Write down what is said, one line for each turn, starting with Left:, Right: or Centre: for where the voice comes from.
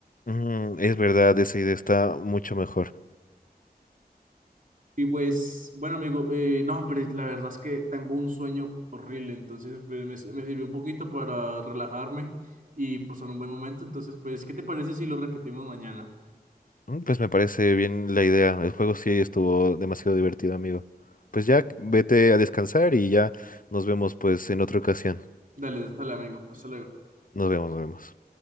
Left: Mm, es verdad, esa idea está mucho mejor.
Right: Y pues, bueno, amigo, eh, no, hombre, la verdad es que tengo un sueño horrible, entonces pues, me, si- me sirvió un poquito para relajarme y pues en un buen momento, entonces pues, ¿qué te parece si lo repetimos mañana?
Left: Mm, Pues me parece bien la idea. El juego sí estuvo demasiado divertido, amigo. Pues ya
Right: Mm,
Left: vete a descansar y ya nos vemos pues en otra ocasión.
Right: Dale, dale, amigo, hasta luego.
Left: Nos vemos, nos vemos.